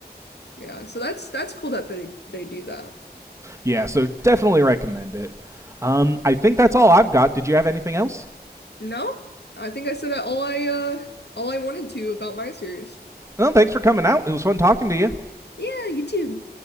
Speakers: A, on the left; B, on the right.
A: Yeah, so that's that's cool that they they do that.
B: Yeah, so definitely recommend it. Um, I think that's all I've got. Did you have anything else?
A: No, I think I said all I uh all I wanted to about my series.
B: Well, thanks for coming out. It was fun talking to you.
A: Yeah, you too.